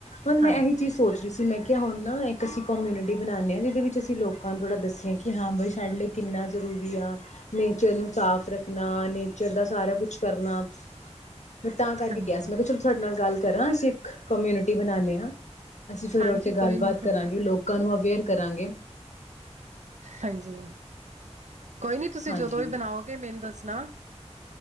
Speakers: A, on the left; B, on the right.
A: ਹੁਣ ਮੈਂ
B: ਹਾਂਜੀ
A: ਏਹੀ ਚੀਜ਼ ਸੋਚ ਜਿਸਸੀਂ ਮੈਂ ਕਿਹਾ ਹੁਨ ਨਾ ਇੱਕ ਅਸੀਂ ਕੋਮਊਨਿਟੀ ਬਨਾਨੇ ਆਂ ਜਿਹਦੇ ਵਿੱਚ ਅਸੀਂ ਲੋਕ ਲੋਕਾਂ ਨੂੰ ਥੋੜ੍ਹਾ ਦੱਸੀਏ ਕਿ ਹਾਂ ਬਈ ਸਾਡੇ ਲਈ ਕਿੰਨਾ ਜਰੂਰੀ ਆ। ਨੇਚਰ ਨੂੰ ਸਾਫ਼ ਰੱਖਨਾ, ਨੇਚਰ ਦਾ ਸਾਰਾ ਕੁਛ ਕਰਨਾ, ਮੈਂ ਤਾਂ ਕਰਕੇ
B: ਹਾਂਜੀ
A: ਕਿਹਾ ਸੀ ਮੈਂ ਕਿਹਾ ਚਲੋ ਤੁਹਾਡੇ ਨਾਲ ਗੱਲ ਕਰਾਂ ਅਸੀਂ। ਕੋਮਊਨਿਟੀ ਬਨਾਨੇ ਆਂ। ਅਸੀਂ ਫੇਰ
B: ਹਾਂਜੀ
A: ਉਹ ਤੇ ਗੱਲਬਾਤ
B: ਕੋਈ ਨੀ ਕੋਈ
A: ਕਰਾਂਗੇ
B: ਨੀ
A: ਲੋਕਾਂ ਨੂੰ ਅਵੇਅਰ ਕਰਾਂਗੇ।
B: ਹਾਂਜੀ। ਕੋਈ ਨੀ ਤੁਸੀਂ
A: ਹਾਂਜੀ
B: ਜਦੋਂ ਵੀ ਬਨਾਓਗੇ ਮੈਨੂੰ ਦੱਸਨਾ।